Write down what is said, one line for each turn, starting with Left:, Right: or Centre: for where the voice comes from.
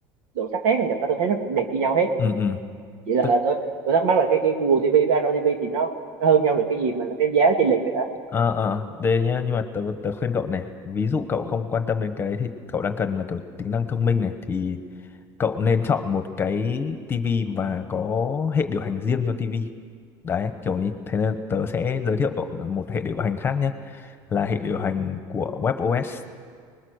Right: độ sắc nét này thật ra tôi thấy nó cũng đẹp như nhau hết
Left: ừ ừ
Right: vậy là
Left: tức
Right: tôi tôi thắc mắc là cái cái Google TV với Android TV thì nó nó hơn nhau được cái gì mà cái giá nó chênh lệch vậy đó
Left: Ờ ờ đây nhá nhưng mà tớ tớ khuyên cậu này ví dụ cậu không quan tâm đến cái đấy thì cậu đang cần là kiểu tính năng thông minh này thì cậu nên chọn một cái tivi và có hệ điều hành riêng cho tivi đấy kiểu như thế nên tớ sẽ giới thiệu cậu một hệ điều hành khác nhé là hệ điều hành của WebOS